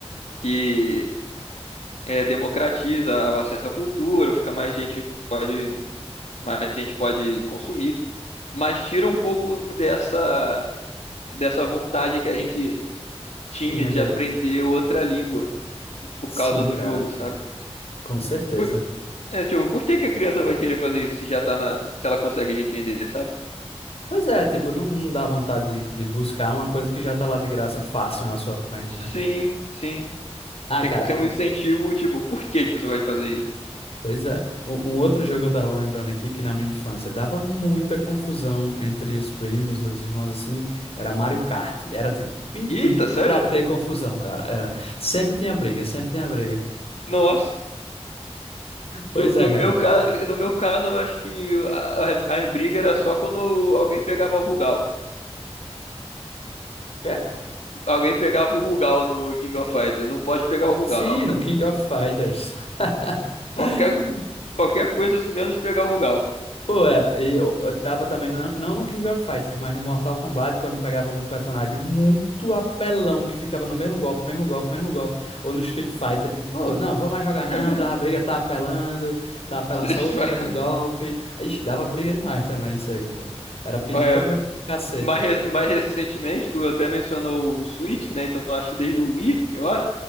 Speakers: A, on the left; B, on the left.
A: que é, democratiza o acesso à cultura, fica mais gente pode, mais gente pode consumir, mas tira um pouco dessa dessa vontade que a gente tinha
B: Tinha
A: de
B: dele.
A: aprender outra língua por
B: Sim,
A: causa do
B: cara,
A: jogo, sabe?
B: com certeza.
A: Por- É, tipo, por que que a criança vai querer fazer isso se já tá na, se ela consegue já entender, sabe?
B: Pois é, tipo, não, não dá vontade de, de buscar uma coisa que já tá lá de graça fácil na sua frente,
A: Sim,
B: né?
A: sim.
B: Ah,
A: Tem
B: cara,
A: que ter um incentivo, tipo, por que que você vai fazer isso?
B: Pois é. Um, um outro jogo que eu tava lembrando aqui, que na minha infância dava muita confusão entre os primos, os irmãos assim, era Mario Kart. Era tipo pedir
A: Eita, sério?
B: pra ter confusão, cara. Era. Sempre tinha briga, sempre tinha briga.
A: Nossa.
B: Pois
A: No, no
B: é, cara.
A: meu caso, no meu caso, eu acho que a- a- as brigas era só quando alguém pegava o Rugal.
B: É?
A: Alguém pegava o Rugal no King of Fighters. Não pode pegar o Rugal.
B: Sim, no King of Fighters.
A: Qualquer,
B: <laughs>
A: qualquer coisa menos pegar o Rugal.
B: Pô, era. E eu, eu tava também, não, não no King of Fighters, mas no Mortal Kombat, quando pegava algum personagem muito apelão que ficava no mesmo golpe, mesmo golpe, mesmo golpe. Ou no Street Fighter, eu fico, pô, não, vou mais jogar
A: <laughs>
B: não, dava briga, tá apelando, tá apelando,
A: Street
B: só
A: Fighter.
B: usa o mesmo golpe. Aí ixi, dava briga demais também isso aí, pô. Era pedir
A: É,
B: pra ver cacete.
A: mais, re- mais recentemente, tu até mencionou o Switch, né? Então acho que desde o Wii, eu acho,